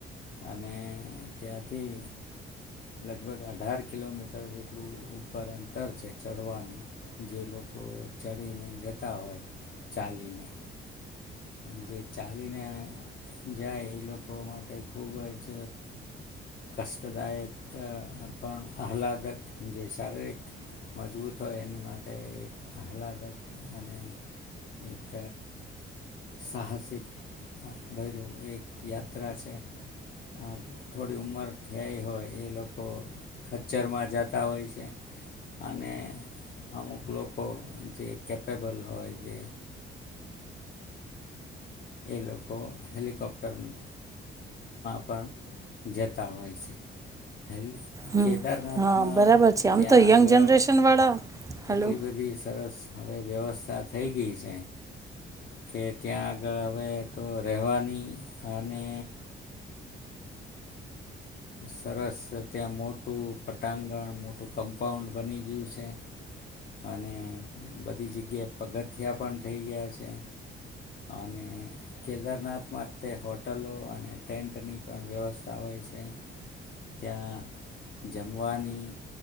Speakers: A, on the left; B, on the right.
A: અને. ત્યાંથી લગભગ અઢાર કિલોમીટર જેટલું ઉપર અંતર છે ચડવાનું જે લોકો ચડીને જતા હોય ચાલીને જે ચાલીને જાય એ લોકો માટે ખૂબ જ. કષ્ટદાયક પણ આહલાદક જે શારીરિક મજબૂત હોય એની માટે એક આહલાદક અને એક સાહસિક ભય્યું એક યાત્રા છે આ. થોડી ઉંમર થઈ હોય એ લોકો ખચ્ચરમાં જતા હોય છે અને અમુક લોકો જે કેપેબલ હોય જે એ લોકો હેલિકોપ્ટરમાં પણ. જતા હોય છે. હેલી
B: હમ
A: કેદારનાથમાં
B: હા બરાબર છે આમ
A: ત્યાં
B: તો યંગ
A: આગળ
B: જનરેશન વાળા હેલો
A: એટલી બધી સરસ. હવે વ્યવસ્થા થઈ ગઈ છે. કે ત્યાં આગળ હવે તો રહેવાની અને સરસ ત્યાં મોટું પટાંગણ મોટું કમ્પાઉન્ડ બની ગયું છે અને બધી જગ્યાએ પગથિયા પણ થઈ ગયા છે. અને કેદારનાથમાં તે હોટલો અને ટેન્ટની પણ વ્યવસ્થા હોય છે, ત્યાં જમવાની